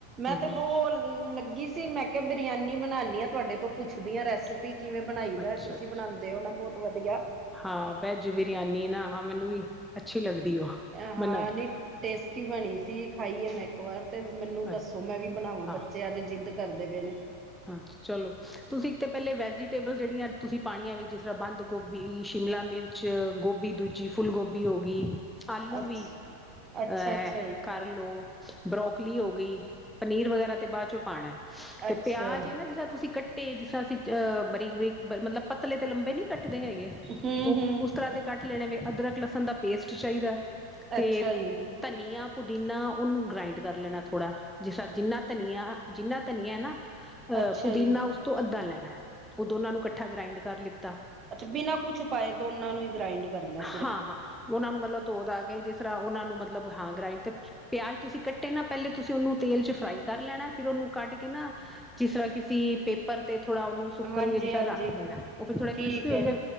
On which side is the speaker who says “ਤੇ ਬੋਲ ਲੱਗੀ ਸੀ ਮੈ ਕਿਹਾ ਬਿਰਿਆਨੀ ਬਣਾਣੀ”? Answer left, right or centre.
Right